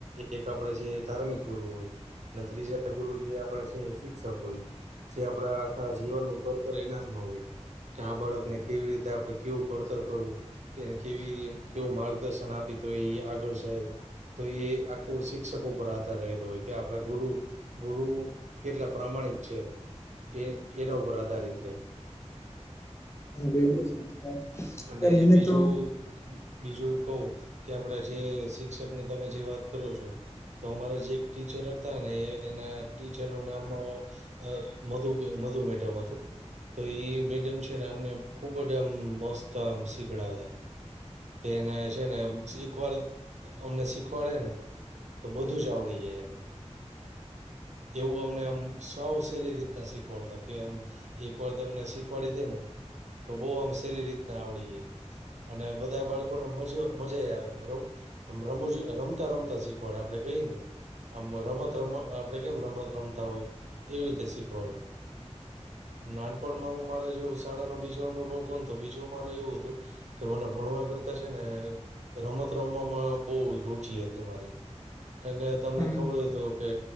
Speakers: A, on the right (about 80°); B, on the left (about 25°).
A: એક આપણેે જે ધાર્મિક ગુરુ હોય અને ત્રીજા ગુરુ જે આપણે છે શિક્ષક હોય. જે આપડા આખા જીવનનુંું ભડતર એનાતમાં હોય. કે આ બાળકને કેવી રીતે આપડ કેવું ખડતર કરવું. એને કેવી કેવું માર્ગદર્શન આપી તો એ આગળ જાય. તો એ આખું શિક્ષકો ઉપર આધાર રહેલું હોય કે. આપડા ગુરુ ગુરુ કેટલા પ્રામાણિક છે. એ એનોવ બરા દારિતે.
B: હા બિલકુલ સાચી વાત.
A: અને
B: મને
A: બીજું.
B: તો
A: બીજું કહું કે આપડા જે શિક્ષક ની તમે જે વાત કરો છો. તો અમારા જે એક ટીચર હતા ને એના ટીચર નું નામ. અ મધુ મધુ મેડમાં હતું. તો એ મેડમ છે ને અમને ખુબ જ આમ મસ્ત આમ શીખડાવતા. કે એને છે ને એકવાર અમને શીખવાડે ને. તો બધું જ આવડી જાય એમને એવું અમનેમ. સૌ સહેલી રીતના શીખવાડતા કે આમ એક વાર અમને શીખવાડી દે ને. તો બહ આમ સહેલી રીતના આવડીએે. અને બધા બાળકોને મજ મજા આવેરો. આમ રમું જ રમતા રમતા શીખવાડે આપણે કહી ને. આમ રમત રમત આપડે કેમ રમત રમતા હોય એવી રીતે શીખવાડે. નાનપણમાં હું મારે જો શાળાનો બીજો અનુભવ કોણતો બીજું મારો એવું હતું. કે મને ભણવા કરતાશે ને રમત રમવામાં બહુ રુચિ હતી મારી. કારણ કે તમને
B: હા
A: ખબર હોય તો કે